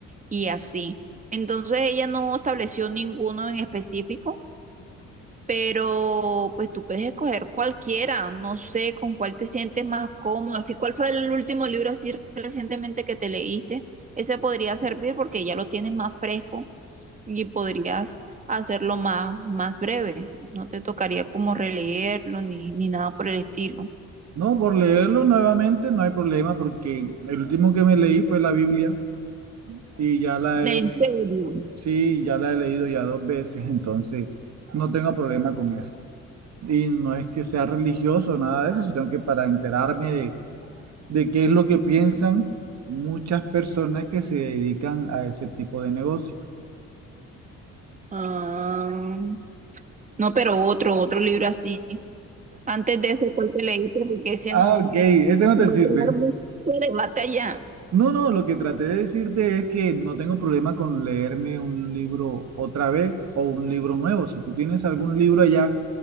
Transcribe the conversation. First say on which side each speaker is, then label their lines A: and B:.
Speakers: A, on the right (about 25°); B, on the right (about 60°).
A: y así. Entonces ella no estableció ninguno en específico pero pues tú puedes escoger cualquiera, no sé con cuál te sientes más cómodo, así cuál fue el último libro así recientemente que te leíste, ese podría servir porque ya lo tienes más fresco y podrías hacerlo más, más breve, no te tocaría como releerlo ni, ni nada por el estilo.
B: No, por leerlo nuevamente no hay problema porque el último que me leí fue la Biblia y ya la he,
A: En serio.
B: sí, ya la he leído ya dos veces, entonces no tengo problema con eso. Y no es que sea religioso, nada de eso, sino que para enterarme de, de qué es lo que piensan muchas personas que se dedican a ese tipo de negocio.
A: Ah, no, pero otro, otro libro así. Antes de ese, ¿cuál te leíste? Porque ese
B: Ah,
A: no,
B: ok, ese no te
A: Va
B: sirve.
A: a crear mucho debate allá.
B: No, no, lo que traté de decirte es que no tengo problema con leerme un libro otra vez o un libro nuevo. Si tú tienes algún libro allá